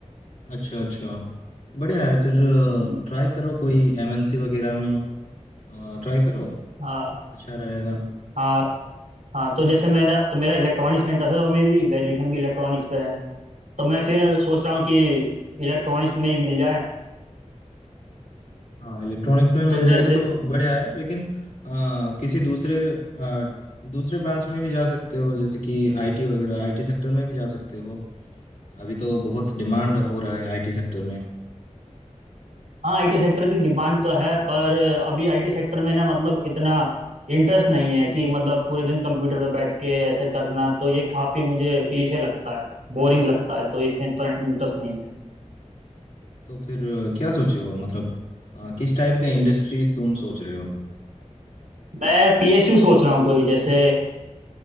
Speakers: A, on the left (about 70°); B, on the right (about 85°).
A: अच्छा अच्छा बढ़िया है
B: हम्म,
A: फिर
B: हम्म,
A: ट्राई करो कोई एमएनसी वगैरह में ट्राई करो
B: हाँ
A: अच्छा रहेगा
B: हाँ हाँ तो जैसे मेरा तो मेरा इलेक्ट्रॉनिक्स में इंटरेस्ट है तो मेरी ग्रेजुएशन भी इलेक्ट्रॉनिक्स पे है तो मैं फिर सोच रहा हूँ कि इलेक्ट्रॉनिक्स में ही मिल जाए
A: हाँ इलेक्ट्रॉनिक्स में मिल
B: तो
A: जाएगा
B: जैसे
A: तो बढ़िया है लेकिन आ, किसी दूसरे आ, दूसरे ब्रांच में भी जा सकते हो जैसे कि आईटी वगैरह आईटी सेक्टर में भी जा सकते हो अभी तो बहुत डिमांड
B: हाँ
A: हो रहा है आईटी सेक्टर में
B: आईटी सेक्टर की डिमांड तो है पर अभी आईटी सेक्टर में ना मतलब इतना इंटरेस्ट नहीं है कि मतलब पूरे दिन कंप्यूटर पे बैठ के ऐसे करना तो ये काफी मुझे क्लीशे लगता है बोरिंग लगता है तो इसमें इतना इंटरेस्ट नहीं है
A: तो फिर आ, क्या सोचे हो मतलब आ, किस टाइप का इंडस्ट्रीज तुम सोच रहे हो
B: मैं पीएसयू सोच रहा हूँ कोई जैसे